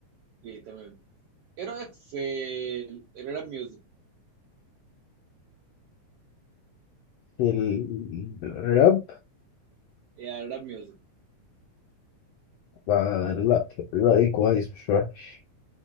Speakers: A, on the right; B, on the left.
A: تحكي تمام ايه رايك في الراب ميوزك
B: ال- الراب
A: يا الراب ميوزك
B: آه لا رأيي كويس مش وحش